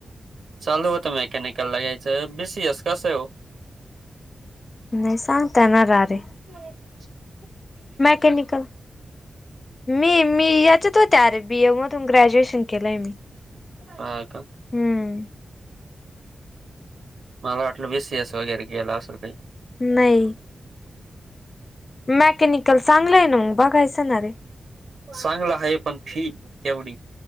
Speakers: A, on the right; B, on the left.
A: चालू होत मेकॅनिकल लगायचे बीसीएस कसे हो
B: नाही सांगताय ना र रे
A: हो
B: मॅकॅनिकल मी मी याच्यात होत अरे बीए मधून ग्रॅज्युएशन केलंय मी
A: हा का
B: हम्म
A: मला वाटलं बीसस वगैरे गेला असं काही
B: नाही मॅकॅनिकल चांगलं आहे ना मग बघायचं ना रे
A: चांगलं आहे पण फी तेवढ